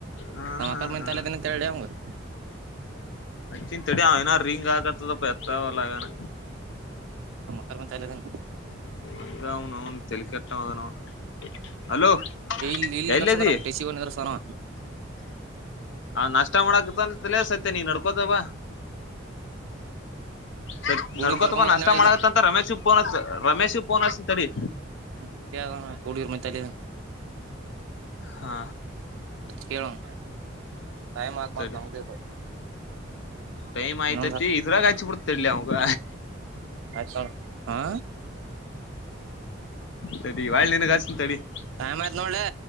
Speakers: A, on the left; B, on the right.
A: ಹಾ
B: ನಕ
A: ಹಾ
B: ಮ
A: ಹಾ
B: ತಾಲದಿನ ಅಂತ ಹೇಳಿ ಅವಂಗರ್ <unintelligible>
A: ಚಿಂತೆಡಿ ಅವ ಏನ ರಿಂಗ್ ಆಗತದಪ್ಪ ಎತ್ತಾವಲ್ಲಗನ
B: ಕರ್ಮಚಾರಿಿಯದನು <inaudible>
A: ಅಂಗ ಅವ್ನು ತಲಿಕಟ್ಟವು ಅದನುವು ಹಲೋ
B: ಇಲ್ಲಿ ಇಲ್ಲಿ
A: ಹೇಳಧೀ
B: ನಿಂದ್ರಸಂದ್ರ ನಮ್ ಟೆಸಿ ನಿಂದ್ರಸಾನ
A: ನಷ್ಟ ಮಾಡಕ ಅಂತಲ ಸತ್ಯ ನೀ ನಡ್ಕೋತ ಬಾ ಸ
B: ಕೂಡಿಂಗ್
A: ನಡ್ಕೋತಪ
B: ಕರ್ಕೊಂಡ್ ಬರ್ತೀನಿ
A: ನಷ್ಟ
B: ನಾಳೆ
A: ಮಾಡತ್ತ
B: ಇಲ್ಲಿ
A: ಅಂತ ರಮೇಶ್ಫೋನ ರಮೇಶ್ ಫೋನ ಅಚ್ಚತೀ ಸರಿ
B: ಹ್ಮ ಇಲ್ಲ ಕೂಡಿರ ಮ ತಾಲಿ <unintelligible>
A: ಹಾ
B: ಕೇಳೋಣ ಟೈಮ್ ಹಾಕಂತ
A: ತಡಿ
B: ನಬೇಕು
A: ಟೈಮ್ ಆಯ್ತತಿ
B: ನ
A: ಇದ್ರಾಗ ಹಚ್ಚಿ ಬಿಡ್ತ ತಡ್ಲಿ ಅವಾಗ
B: ಅ <inaudible> ಹಾ
A: ತಡಿ ವಾಳ ನಿಂಗೆ ಹಚ್ಚುತ್ತೀನಿ ತಡಿ
B: ಟೈಮ್ ಆಯ್ತ್ ನೋಡ್ಲೆ.